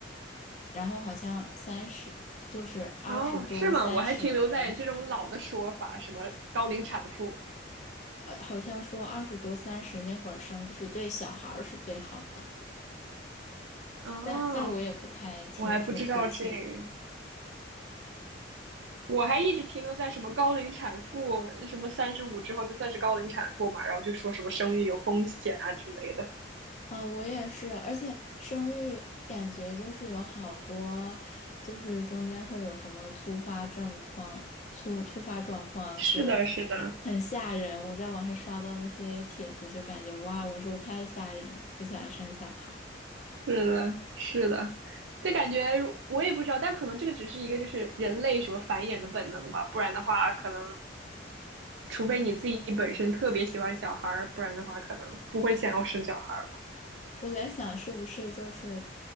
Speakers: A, on the left; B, on the right.
A: 然后好像三十就是二十多三十，
B: 哦，是吗？我还停留在这种老的说法，什么高龄产妇。
A: 呃，好像说二十多三十那会儿生就是对小孩儿是最好的，
B: 哦，
A: 但但我也不太清楚具体
B: 我还不知道这个。我还一直停留在什么高龄产妇，什么三十五之后就算是高龄产妇嘛，然后就说什么生育有风险啊之类的。
A: 哦，我也是，而且生育感觉就是有好多，就是中间会有什么突发症况、突突发状况，
B: 是的，
A: 就
B: 是的，
A: 很吓人。我在网上刷到那些帖子，就感觉哇，我说太吓人，不想生小孩。
B: 是的，是的，就感觉我也不知道，但可能这个只是一个就是人类什么繁衍的本能吧，不然的话，可能除非你自己本身特别喜欢小孩儿，不然的话可能不会想要生小孩儿。
A: 我在想，是不是就是